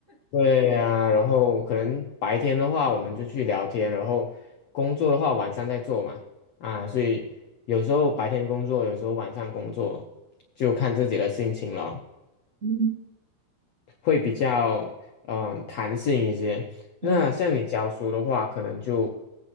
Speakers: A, on the left; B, on the right.
A: 对啊，然后可能白天的话，我们就去聊天，然后工作的话，晚上再做嘛。啊，所以有时候白天工作，有时候晚上工作，就看自己的心情了。
B: <laughs> 嗯
A: 会比较嗯弹性一些。
B: 嗯。
A: 那像你教书的话，可能就